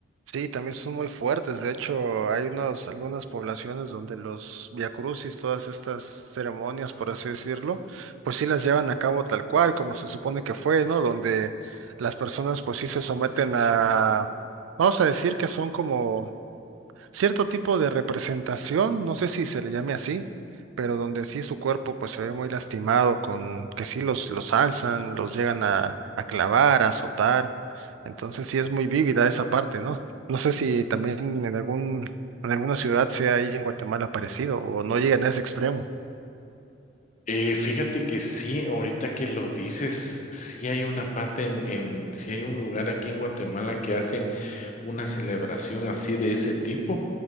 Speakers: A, on the right; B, on the left.
A: Sí, también son muy fuertes. De hecho, hay unos, algunas poblaciones donde los viacrucis, todas estas ceremonias, por así decirlo, pues sí las llevan a cabo tal cual, como se supone que fue, ¿no? Donde las personas pues sí se someten a, vamos a decir que son como cierto tipo de representación, no sé si se le llame así, pero donde sí su cuerpo pues se ve muy lastimado, con que sí los, los alzan, los llegan a, a clavar, a azotar. Entonces sí es muy vívida esa parte, ¿no? No sé si también en algún, en alguna ciudad sea ahí en Guatemala parecido o no llegan a ese extremo.
B: Eh, fíjate que sí, ahorita que lo dices, sí hay una parte en, en, sí hay un lugar aquí en Guatemala que hacen una celebración así de ese tipo,